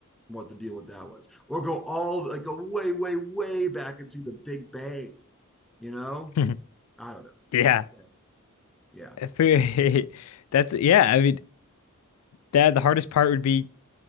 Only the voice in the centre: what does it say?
what the deal with that was. Or go all, like, go way, way, way back and see the Big Bang, you know?
I don't know.
So, yeah.